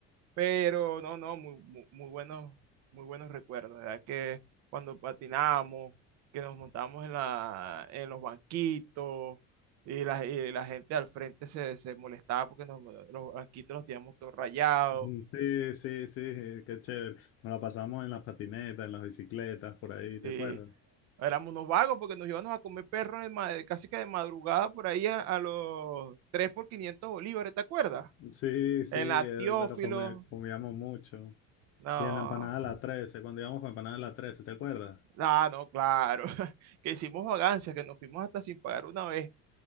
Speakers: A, on the right; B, on the left.
A: Pero no, no, muy, muy, muy buenos, muy buenos recuerdos, ¿verdad? Que cuando patinamos, que nos montamos en la, en los banquitos y la, y la gente al frente se, se molestaba porque nos- los banquitos los teníamos todos rayados.
B: Mm, Sí, sí, sí, eh, qué chévere. Nos la pasamos en las patinetas, en las bicicletas, por ahí,
A: Sí,
B: ¿te acuerdas?
A: Éramos unos vagos porque nos íbamos a comer perros de casi que de madrugada por ahí a, a los 3 por 500 bolívares, ¿te acuerdas?
B: Sí, sí,
A: En
B: eh,
A: la Teófilo.
B: pero comi- comíamos mucho.
A: No,
B: Y en la empanada de la 13, cuando íbamos para empanada de la 13, ¿te acuerdas?
A: no, no, claro. <laughs> Que hicimos vagancias, que nos fuimos hasta sin pagar una vez.